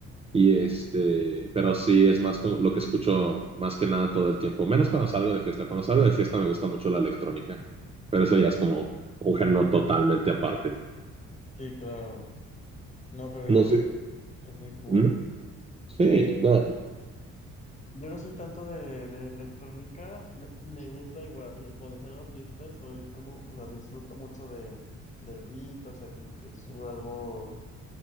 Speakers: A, on the right (about 20°); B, on the left (about 25°).
A: Y este, pero sí es más como lo que escucho más que nada todo el tiempo, menos cuando salgo de fiesta. Cuando salgo de fiesta me gusta mucho la electrónica, pero eso ya es como un género totalmente aparte.
B: Sí, claro. No, pero igual
A: No sé.
B: es, es muy cool.
A: ¿Mm? Sí,
B: Eh,
A: no.
B: yo no soy tanto de, de electrónica, me, me gusta igual. eh, Cuando salgo a fiestas soy como, o sea, disfruto mucho de, del beat, o sea, como que subo algo